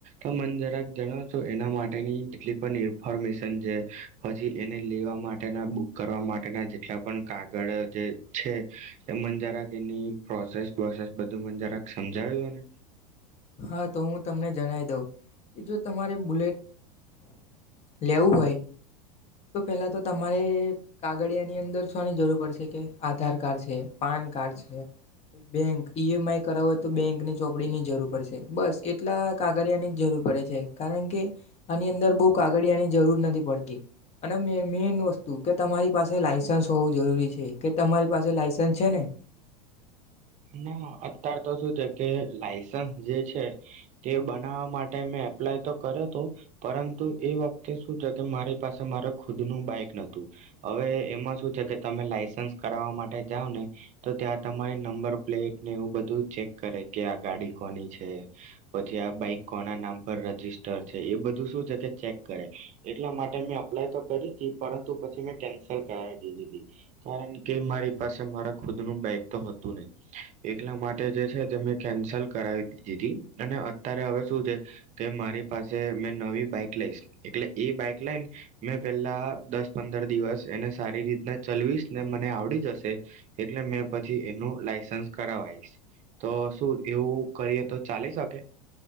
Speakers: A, on the right; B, on the left.
A: તો મન જરાક જણાવ છો એના માટેની જેટલી પણ ઇન્ફોર્મેશન જે પછી એને લેવા માટેના બુક કરવા માટેના જેટલા પણ કાગળ જે છે એ મને જરાક એની પ્રોસેસ પ્રોસેસ બધું મને જરાક સમજાવ્યો ને
B: હા તો હું તમને જણાવ દઉં કે જો તમારે બુલેટ લેવું હોય તો પેલા તો તમારે કાગળિયાની અંદર શોની જરૂર પડશે કે આધાર કાર્ડ છે પાન કાર્ડ છે બેંક ઈ એમ આઈ કરાવો હોય તો બેંકની ચોપડીની જરૂર પડશે બસ એટલા કાગળિયાની જ જરૂર પડે છે કારણ કે આની અંદર બહુ કાગળિયાની જરૂર નથી પડતી અને મેન મેન વસ્તુ કે તમારી પાસે લાયસન્સ હોવું જરૂરી છે કે તમારી પાસે લાયસન્સ છે ને
A: ના અત્યાર તો શું છે કે લાઈસન્સ જે છે તે બનાવા માટે મેં એપ્લાય તો કર્યો હતો પરંતુ એ વખતે શું છે કે મારી પાસે મારે ખુદનું બાઈક નતું હવે એમાં શું છે કે તમે લાયસન્સ કરાવવા માટે જાઓ ને તો ત્યાં તમારી નંબર ને એ બધું ચેક કરે કે આ ગાડી કોની છે પછી આ બાઈક કોના નામ પર રજીિસ્ટર છે એ બધું શું છે કે ચેક કરે એટલા માટે મેં અપ્લાય તો કરી હતી પરંતુ પછી મેં કેન્સલ કરાવી દીધી હતી કારણ કે મારી પાસે મારા ખુદનું બાઈક તો હતું નહી એટલા માટે મેં કેન્સલ કરાવી દીધી અને અત્યારે હવે શું છે કે મારી પાસે મે નવી બાઈક લઈશ એટલે એ બાઈક લાઈન મેં પેલા દસ પંદર દિવસ એને સારી રીતના ચલવીશ ને મને આવડી જશે એટલે મેં પછી એનું લાઈસ સં કરાવાય તો શું એવું કરીએ તો ચાલી શકે.